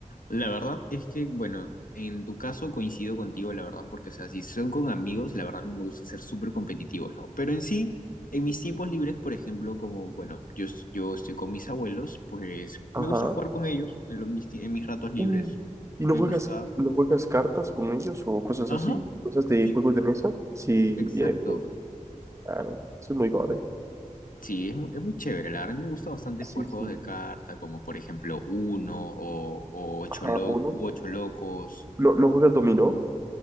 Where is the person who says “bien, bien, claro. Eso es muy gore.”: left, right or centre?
Right